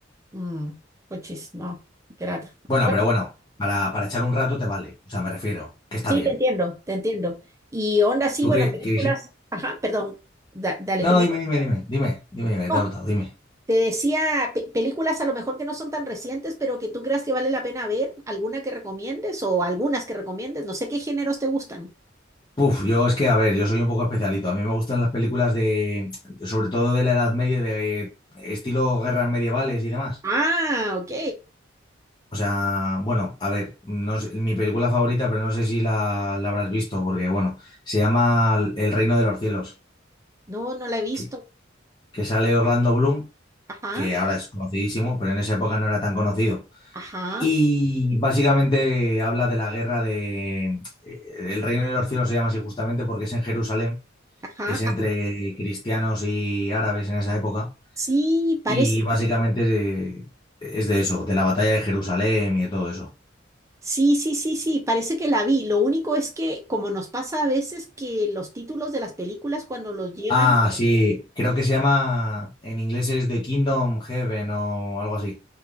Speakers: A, on the right (about 15°); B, on the left (about 25°).
A: Mm, puchis, no. Qué lata.
B: Bueno,
A: Bueno,
B: pero bueno, para, para echar un rato te vale, o sea, me refiero, que está
A: sí,
B: bien.
A: te entiendo, te entiendo. Y onda, sí,
B: Tú
A: bueno,
B: qué,
A: películas.
B: que-
A: Ajá, perdón. da- dale,
B: No,
A: que
B: no,
A: me.
B: dime, dime, dime, dime, dime, dime, que
A: No,
B: te he cortado, dime.
A: te decía pe- películas a lo mejor que no son tan recientes, pero que tú creas que vale la pena ver. ¿Alguna que recomiendes o algunas que recomiendes? No sé qué géneros te gustan.
B: Puf, yo es que, a ver, yo soy un poco especialito. A mí me gustan las películas de, sobre todo de la Edad Media, de estilo guerras medievales y demás.
A: Ah, ok.
B: O sea, bueno, a ver, no sé- mi película favorita, pero no sé si la, la habrás visto, porque, bueno, se llama El Reino de los Cielos,
A: No, no la he visto.
B: que, que sale Orlando Bloom,
A: Ajá,
B: que ahora es conocidísimo, pero en esa época no era tan conocido.
A: ajá,
B: Y básicamente habla de la guerra de... eh, El reino de los cielos se llama así justamente porque es en Jerusalén,
A: ajá.
B: es entre
A: ah,
B: cristianos y árabes en esa época.
A: Sí, parece.
B: Y básicamente eh, es de eso, de la batalla de Jerusalén y de todo eso.
A: Sí, sí, sí, sí, parece que la vi. Lo único es que, como nos pasa a veces, que los títulos de las películas cuando los llevan...
B: Ah, sí, creo que se llama, en inglés es The Kingdom Heaven o algo así.